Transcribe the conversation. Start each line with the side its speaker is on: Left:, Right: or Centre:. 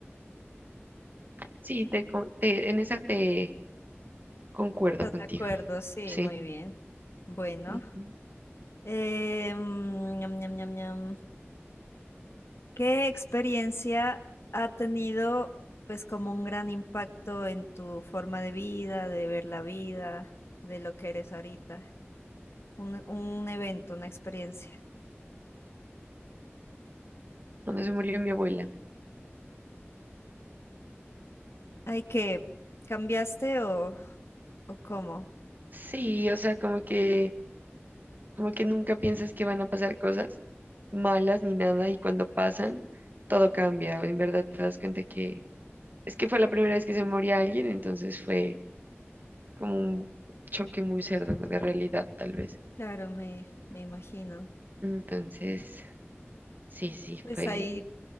Right: sí, te, co- te- en esa te concuerdo
Left: ¿Estás
Right: contigo.
Left: de acuerdo? Sí,
Right: Sí.
Left: muy bien. Bueno.
Right: ujú.
Left: Eh, mm, ñam, ñam, ñam, ñam. ¿Qué experiencia ha tenido, pues, como un gran impacto en tu forma de vida, de ver la vida, de lo que eres ahorita? Un, un evento, una experiencia.
Right: Cuando se murió mi abuela.
Left: Ay, que cambiaste o, o cómo?
Right: Sí, o sea, como que, como que nunca piensas que van a pasar cosas malas ni nada, y cuando pasan, todo cambia. En verdad te das cuenta que es que fue la primera vez que se moría alguien, entonces fue como un choque muy cerdo de realidad, tal vez.
Left: Claro, me, me imagino.
Right: Entonces, sí, sí,
Left: Pues
Right: fue
Left: ahí